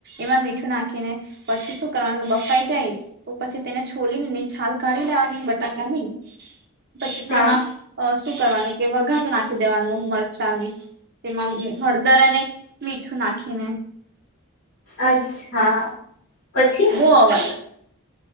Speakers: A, on the right; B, on the left.
A: એમાં મીઠું નાખી ને પછી શું કરવાનું બફાઈ જાય તો પછી તેને છોલી ને છાલ કાઢી લેવાની બટાકાની પછી તેમાં
B: હા
A: કરવાની કે વઘાર નાખી દેવાનું મળ ચાલે તેમાં હળદર અને મીઠું નાખીને.
B: અચ્છા. પછી
A: બો અવાજ.